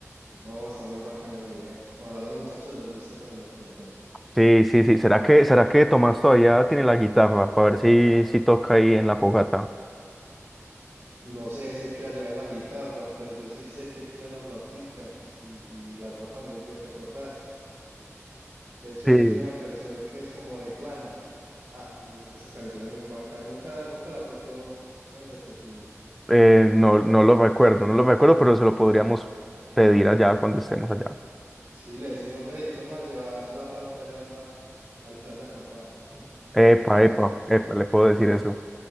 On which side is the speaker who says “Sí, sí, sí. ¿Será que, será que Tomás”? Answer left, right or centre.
Centre